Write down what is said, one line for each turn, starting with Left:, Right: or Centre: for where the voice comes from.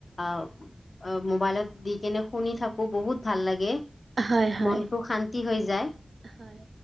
Left: আহ আহ মোবাইলত দি কেনে শুনি থাকোঁ বহুত ভাল লাগে।
Right: হয় হয়
Left: মনটো শান্তি হৈ যায়।
Right: হয়